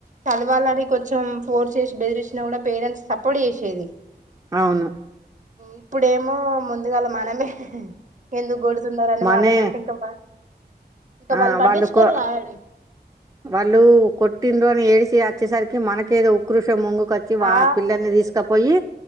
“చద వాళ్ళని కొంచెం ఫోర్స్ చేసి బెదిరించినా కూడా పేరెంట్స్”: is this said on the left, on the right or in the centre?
Right